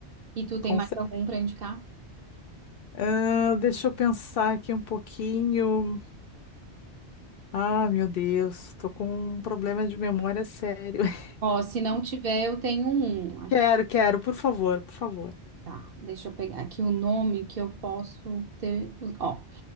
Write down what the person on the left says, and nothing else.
Com
cer-
Ah, deixa eu pensar aqui um pouquinho. Ah, meu Deus, tô com um problema de memória sério. <laughs>
Quero, quero, por favor, por favor.